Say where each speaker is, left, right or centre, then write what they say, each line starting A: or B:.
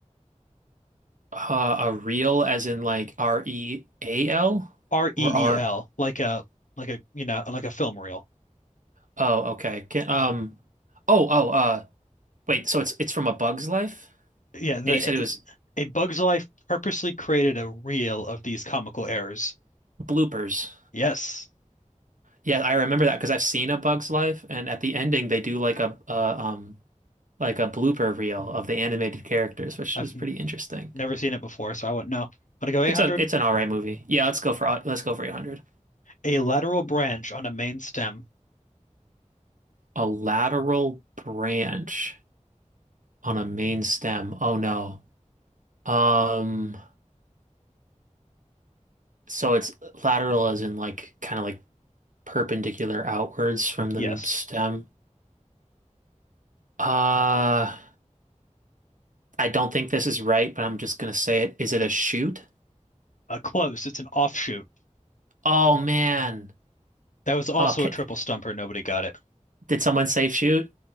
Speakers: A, on the right; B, on the left.
A: Uh, a reel as in like R E A L
B: R-E-E-L,
A: or R
B: like a like a you know like a film reel.
A: Oh, okay. Can um Oh, oh, uh wait, so it's it's from A Bug's Life?
B: Yeah, the,
A: And you said it was
B: A Bug's Life purposely created a reel of these comical errors.
A: bloopers.
B: Yes,
A: Yeah, I remember that because I've seen A Bug's Life, and at the ending they do like a, a um like a blooper reel of the animated characters, which
B: I've
A: is
B: n-
A: pretty interesting.
B: never seen it before, so I wouldn't know. I'm gonna go 800.
A: It's a it's an all right movie. Yeah, let's go for let's go for 800.
B: A lateral branch on a main stem.
A: A lateral branch on a main stem. Oh no. Um, so it's lateral as in like kind of like perpendicular outwards from the
B: Yes.
A: stem. Uh, I don't think this is right, but I'm just gonna say it. Is it a shoot?
B: Uh, close. It's an offshoot.
A: Oh man.
B: That was also
A: Oh, can,
B: a triple stumper. Nobody got it.
A: Did someone say shoot?